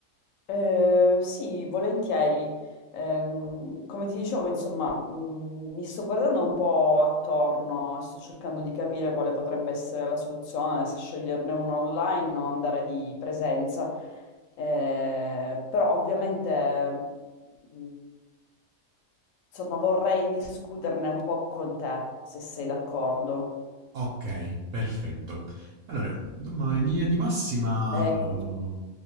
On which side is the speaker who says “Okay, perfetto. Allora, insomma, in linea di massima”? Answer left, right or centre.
Right